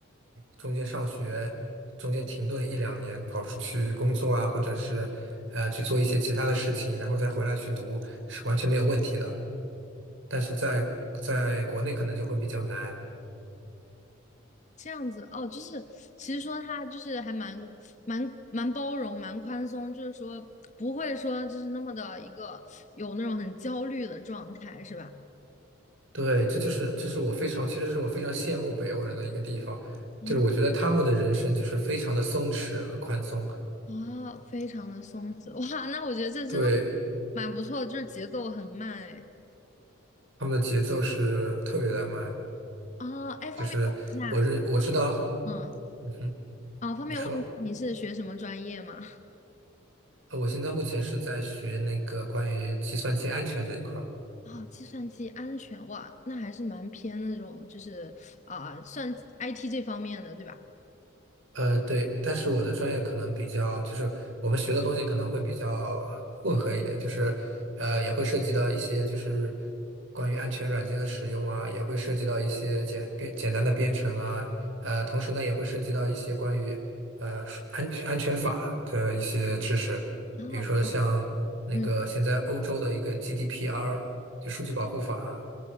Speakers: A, on the right (about 65°); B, on the left (about 35°).
A: 中间上学，中间停顿一两年，跑出去工作啊，或者是呃去做一些其他的事情，然后再回来去读，是完全没有问题的。但是在在国内可能就会比较难。
B: 这样子哦，就是其实说它就是还蛮蛮蛮包容、蛮宽松，就是说不会说就是那么的一个有那种很焦虑的状态，是吧？
A: 对，这就是这是我非常，其实是我非常羡慕北欧人的一个地方，
B: 啊
A: 就是我觉得他们的人生就是非常的松弛和宽松，
B: 啊，非常的松弛哇，那我觉得这真的
A: 对，
B: 蛮不错的，就是节奏很慢哎。
A: 他们的节奏是特别的慢，
B: 啊，哎，方便问一下，
A: 就是我认我知道，
B: 嗯，
A: 嗯哼，
B: 啊，方便问一下你是学什么专业吗？
A: 你说
B: <laughs>
A: 啊，我现在目前是在学那个关于计算机安全这一块儿。
B: 哦，计算机安全，哇，那还是蛮偏那种，就是啊、算 IT 这方面的，对吧？
A: 呃，对，但是我的专业可能比较，就是我们学的东西可能会比较混合一点，就是呃，也会涉及到一些就是关于安全软件的使用啊，也会涉及到一些简编简单的编程啊，呃，同时呢也会涉及到一些关于呃安全安全法的一些知识，
B: 啊，
A: 比如说像那个现在欧洲的一个
B: 嗯，
A: GDPR。就数据保护法，